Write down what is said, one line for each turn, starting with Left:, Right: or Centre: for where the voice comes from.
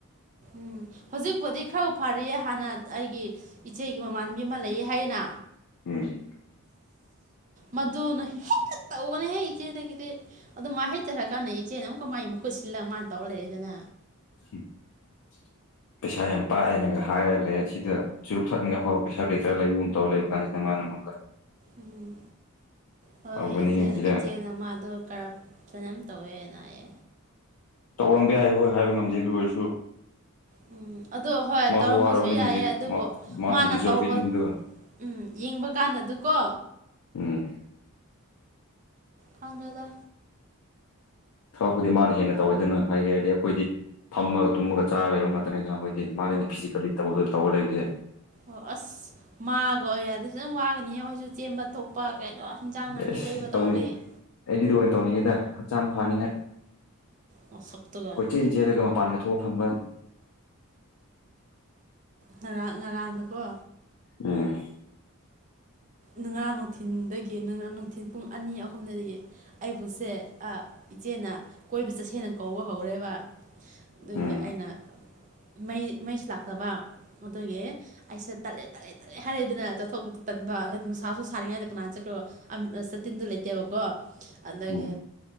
Right: ꯎꯝ ꯍꯧꯖꯤꯛꯄꯨꯗꯤ ꯈꯔ ꯐꯔꯤꯌꯦ ꯍꯥꯟꯅ ꯑꯩꯒꯤ ꯏꯆꯦꯒꯤ ꯃꯃꯥꯟꯅꯕꯤ ꯑꯃ ꯂꯩꯌꯦ ꯍꯥꯏꯌꯦꯅ
Left: ꯎꯝ
Right: ꯃꯗꯨꯅ ꯍꯦꯛꯇ ꯇꯧꯕꯅꯦ ꯍꯦ ꯏꯆꯦ ꯗꯒꯤꯗꯤ ꯑꯗꯣ ꯃꯥ ꯍꯦꯛ ꯆꯔꯛꯀꯥꯟꯗ ꯏꯆꯦꯅ ꯑꯃꯛ ꯀꯃꯥꯏ ꯃꯈꯨꯨꯠ ꯁꯤꯜꯂꯒ ꯃꯥꯅ ꯇꯧꯔ ꯂꯩꯔꯦꯗꯅ
Left: <inaudible> ꯄꯩꯁꯥ ꯌꯥꯝ ꯄꯥꯏꯌꯦꯅꯒ ꯍꯥꯏꯔ ꯂꯩ ꯁꯤꯗ ꯆꯨꯔꯨꯞ ꯊꯛꯅꯤꯡꯉꯥꯏ ꯐꯥꯎꯕ ꯄꯩꯁꯥ ꯂꯩꯇ꯭ꯔꯒ ꯂꯩꯕꯒꯨꯝ ꯇꯧꯔ ꯂꯩꯕ ꯀꯥꯟꯁꯤꯗ ꯃꯥꯅ <unintelligible>
Right: ꯎꯝ ꯍꯣꯏ
Left: ꯇꯧꯕꯅꯦꯍꯦ
Right: ꯏꯆꯦ
Left: ꯁꯤꯗ
Right: ꯏꯆꯦꯅ ꯃꯥꯗꯣ ꯀꯔꯞ ꯐꯅ ꯇꯧꯋꯦꯅꯌꯦ
Left: ꯇꯧꯔꯝꯕ ꯌꯥꯏ ꯍꯣꯏ ꯍꯥꯏꯕ ꯉꯝꯗꯦ ꯑꯗꯨ ꯑꯣꯏꯔꯁꯨ
Right: ꯎꯝ ꯑꯗꯣ ꯍꯣꯏ
Left: ꯃꯥꯁꯨ
Right: ꯇꯧꯔꯝꯕꯁꯨ
Left: ꯋꯥꯔꯕꯅꯤ
Right: ꯌꯥꯏꯑꯦ
Left: ꯍꯤꯗꯤ
Right: ꯑꯗꯨꯕꯨ
Left: ꯃꯥ ꯃꯥ
Right: ꯃꯥꯅ
Left: ꯍꯤ ꯗꯤꯖꯔꯞ
Right: ꯇꯧꯕ
Left: ꯏꯠ ꯅꯪꯗꯨ
Right: ꯎꯝ ꯌꯦꯡꯕ ꯀꯥꯟꯗ ꯀꯣ
Left: ꯎꯝ
Right: ꯈꯪꯗ꯭ꯔꯦꯗ
Left: ꯊꯕꯛꯄꯨꯗꯤ ꯃꯥꯅ ꯍꯦꯟꯅ ꯇꯧꯋꯦꯗꯅ ꯍꯥꯏꯒꯦ ꯍꯥꯏꯗꯤ ꯑꯩꯈꯣꯏꯗꯤ ꯐꯝꯃꯒ ꯇꯨꯝꯃꯒ ꯆꯥꯔ ꯂꯩꯕ ꯉꯥꯛꯇꯅꯤꯅ ꯑꯈꯣꯏ ꯑꯦ ꯃꯥꯅꯤꯅꯦ ꯐꯤꯖꯤꯀꯦꯜꯂꯤ ꯇꯧꯔꯒ ꯇꯧꯔ ꯂꯩꯕꯁꯦ
Right: ꯑꯣ ꯑꯁ ꯃꯥꯒ ꯑꯣꯏꯔꯗꯤ ꯐꯖꯅ ꯋꯥꯒꯅꯤꯍꯦ ꯍꯣꯏꯁꯨ ꯆꯦꯟꯕ ꯊꯣꯛꯄ ꯀꯩꯅꯣ ꯍꯤꯟꯖꯥꯡ ꯅꯥꯄꯤ
Left: ꯑꯦꯁ
Right: ꯂꯩꯕ
Left: ꯇꯧꯅꯤꯡ
Right: ꯇꯧꯔꯗꯤ
Left: ꯑꯩꯗꯤ ꯑꯣꯏꯅ ꯇꯧꯅꯤꯡꯉꯦꯗ ꯍꯛꯆꯥꯡ ꯐꯅꯤꯉꯥꯏ
Right: ꯃꯁꯛꯇꯨꯒ
Left: ꯀꯣꯢꯆꯦꯟ ꯆꯦꯟꯔꯒ ꯃꯄꯥꯟ ꯊꯣꯛꯑ ꯐꯪꯕꯟ
Right: ꯉꯔꯥꯡ ꯉꯔꯥꯡ ꯗꯀꯣ
Left: ꯎꯝ
Right: ꯅꯉꯥꯅꯨ ꯊꯤꯟꯗꯣꯏꯒꯤ ꯅ ꯉꯥꯅꯨ ꯊꯤꯟ ꯄꯨꯡ ꯑꯅꯤ ꯑꯍꯨꯝꯗꯗꯤ ꯑꯩꯕꯨꯁꯦ ꯑ ꯏꯆꯦꯅ ꯀꯣꯏꯕ ꯆꯠꯁꯦꯅ ꯀꯧꯕ ꯍꯧꯔꯦꯕ ꯑꯥ ꯑꯗꯨꯒꯤ
Left: ꯎꯝ
Right: ꯑꯩꯅꯩ ꯃꯩ ꯃꯩꯁꯨ ꯂꯥꯛꯇꯕ ꯑꯗꯨꯒꯤ ꯑꯩꯁꯦ ꯇꯜꯂꯦ ꯇꯜꯂꯦ ꯇꯜꯂꯦ ꯍꯥꯏꯔꯦꯗꯅ ꯆꯠꯊꯣꯛꯄꯗꯨ ꯇꯟꯕ ꯅꯨꯡꯁꯥꯁꯨ ꯁꯥꯔꯤꯉꯩꯗ ꯀꯅꯥꯅ ꯆꯈ꯭ꯔꯣ ꯑꯝ ꯁꯥꯠꯇꯤꯟꯗꯨ ꯂꯩꯇꯦꯕꯀꯣ ꯑꯗꯒꯤ
Left: ꯎꯝ